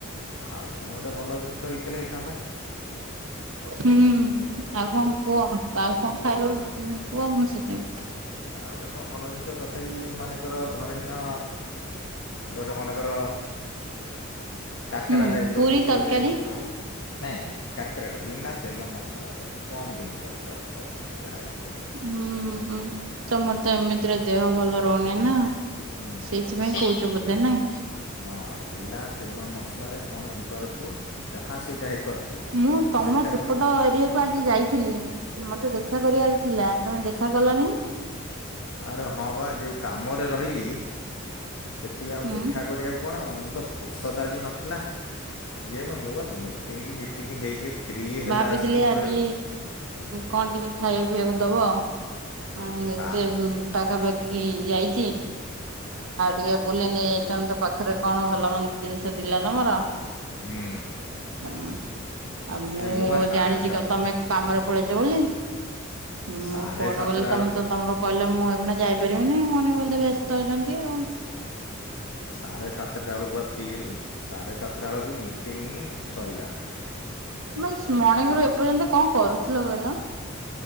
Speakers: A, on the left; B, on the right.
A: ଆଉ କଣ ଗୋଟେ ଭଲ ଜିନିଷ ହେଇଥିଲେ ହେଇଥାନ୍ତା।
B: ହୁଁ। ଆଉ କଣ କୁହ, ଆଉ କଣ ଖାଇବ କୁହ, ମୁ ସେଥି
A: ଆଉ ଗୋଟେ କଣ ଭଲ ଜିନିଷ, ତଥାପି ମାନେଙ୍କର ଧରି ନିଅ ଗୋଟେ ମନେକର କାକରା
B: ହୁଁ
A: ଟାଇପ ର
B: ପୁରୀ
A: କିଛି
B: ତରକାରୀ
A: ଗୋଟେ। ନାଇଁ କାକରାଟ ବିନା ତେଲ ମସଲାରେ, କମ ଜିନିଷ ହେଇପାରୁଥିବା ଜିନିଷ ଯାହା ହେଇଥିବ।
B: ହୁଁ ତମର ତ, ଏମିତିରେ ଦେହ ଭଲ ରହୁନି ନା।
A: ହୁଁ
B: ସେଇଥିପାଇଁ କହୁଛ ବୋଧେ ନାଇଁ
A: ହଁ ବିନା ତେଲ ମସଲାରେ କଣ ହେଇପାରୁଥିବ। ଯାହା ସେଇଟା ହେଇପାରୁଥିବ
B: ମୁଁ ତମ
A: ସେଟାକୁ
B: ସେପଟ ଏରିଆକୁୁ, ଆଜି ଯାଇଥିଲି ମତେ ଦେଖ ଦେଖା କରିବାର ଥିଲା, ତମେ ଦେଖା କଲନି।
A: ଆରେ ହଁ ବା, ଯେଉଁ କାମରେ ରହିଲି ସେଥିପାଇଁ ଆଉ
B: ହୁଁ
A: ଦେଖା କରିବାକୁ କଣ ମ ତ ଫୁର୍ସଦ ଆଜି ନଥିଲା କିଏ ମ ମୁଁ ବା ମିଟିଙ୍ଗ ଫିଟିଙ୍ଗ ହେଇ ହେଇ ଫ୍ରି ହେଲା
B: ଭାବିଥିଲି
A: ଆସିକି ମୋର
B: ଆଜି
A: ହେ
B: କଣ ଟିକେ ଖାଇବା ପିଇବାକୁ ଦବ। ହଁ
A: ସା
B: ଗେତେ ପାଖାପାଖି ଯାଇଛି। ଆଉ ଟିକେ ବୁଲି ନେଇଯାଇଛନ୍ତି ତ ପାଖରେ କଣ ଭଲ ମନ୍ଦ ଜିନିଷ ଜିଲ୍ଲା ତମର
A: ହୁଁ
B: ହୁଁଉ ଆଉ ମୁଁ
A: ନାଇଁ ବା ସାଢ଼େ
B: ଜାଣିଛି
A: ସାତଟା
B: କଣ ତମେ କାମରେ ପଳେଇଛ ବୋଲି। ମୁଁ
A: ସାଢ଼େ
B: ଫୋନ
A: ସାତଟା
B: କଲି
A: ବେଳକୁ
B: ତମେ ତମର କହିଲା ମୁଁ ହେଇଗନା ଯାଇପାରିବିନି କ ମଣି <unintelligible> ବ୍ୟସ୍ତ ଅଛନ୍ତି ଆଉ
A: ସାଢ଼େ ସାତଟା ବେଳକୁ ବା ଫ୍ରି ହେଲି ସାଢ଼େ ସାତଟା ବେଳକୁ ମିଟିଂ ସ‌ଇଲା। ହୁଁ
B: ମାଇସ୍ ମଣିଙ୍ଗ ରୁ ଏପର୍ଯ୍ୟନ୍ତ କଣ କରୁଥିଲ କହିଲ?